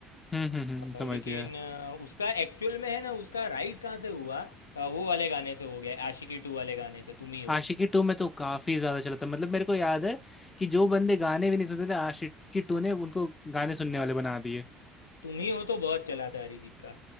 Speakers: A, on the left; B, on the left.
A: हम्म हम्म
B: अ,
A: हम्म समझ
B: लेकिन
A: गया
B: अ, उसका एक्चुअल में है ना उसका राइज कहाँ से हुआ अ, वो वाले गाने से हो गया है, आशिकी टू वाले गाने से तुम ही हो
A: आशिकी टू में तो काफी ज्यादा चला था मतलब मेरे को याद है कि जो बंदे गाने भी नहीं सुनते थे आशिकी टू ने उनको गाने सुनने वाले बना दिए
B: तुम ही हो तो बहुत चला था अरिजीत का